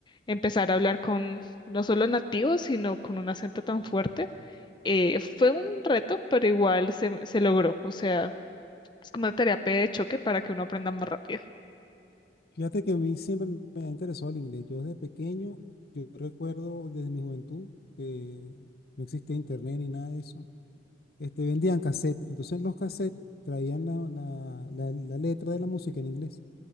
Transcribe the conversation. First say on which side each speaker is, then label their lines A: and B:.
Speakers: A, on the left; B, on the left.
A: empezar a hablar con no solo nativos, sino con un acento tan fuerte, eh, fue un reto, pero igual se, se logró, o sea, es como una terapia de choque para que uno aprenda más rápido.
B: Fíjate que a mí siempre me me ha interesado el inglés. Yo desde pequeño, yo recuerdo desde mi juventud que no existía internet ni nada de eso. Este, vendían cassette. Entonces los cassettes traían la, la- la- la letra de la música en inglés.